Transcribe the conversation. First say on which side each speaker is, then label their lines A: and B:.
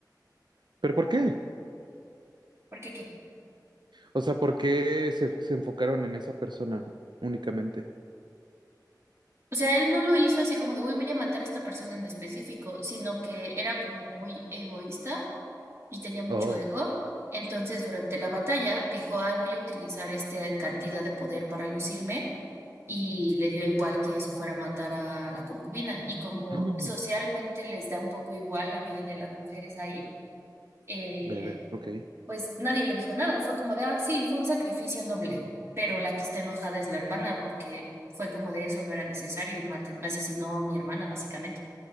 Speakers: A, on the right (about 85°); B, on the right (about 35°).
A: ¿Pero por qué?
B: Porque que,
A: O sea, ¿por qué se, se enfocaron en esa persona únicamente?
B: o sea, él no lo hizo así como de, uy, voy a matar a esta persona en específico, sino que era como muy egoísta y tenía mucho
A: Oh.
B: ego.
A: <gasps>
B: Entonces, durante la batalla, dijo, ay, voy a utilizar esta cantidad de poder para lucirme. Y le dio igual que eso fuera a matar a la concubina. Y como
A: Mm,
B: socialmente les da un poco igual la vida de las mujeres ahí, eh,
A: Verga, ok.
B: pues nadie le dijo nada. Fue como de, ah, sí, fue un sacrificio noble. Pero la que está enojada es la hermana, porque fue como de eso no era necesario y mate- me asesinó a mi hermana, básicamente.